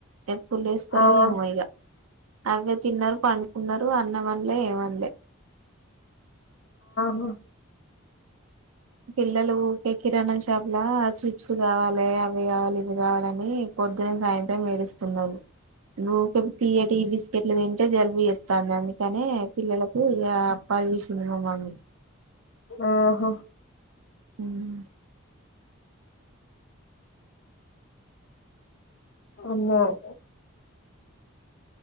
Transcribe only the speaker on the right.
ఎప్పుడు లేస్తారో
ఏమో ఇగ అవే తిన్నారు పండుకున్నారు అన్నం వనలే ఏవన్లే
పిల్లలు ఉకేె కిీరాణం షాప్లా చిప్స్ కావాలి, అవి కావాలి, ఇవి కావాలని పొద్దున్న సాయంత్రం ఏడుస్తున్నరు. లోకబ్ తీయటి బిస్కెట్లు తిం టే జలుబు జేత్తంది అందుకనే పిల్లలకు ఇగ అప్పాలు చేస్సుంది మామమ్మీ
హ్మ్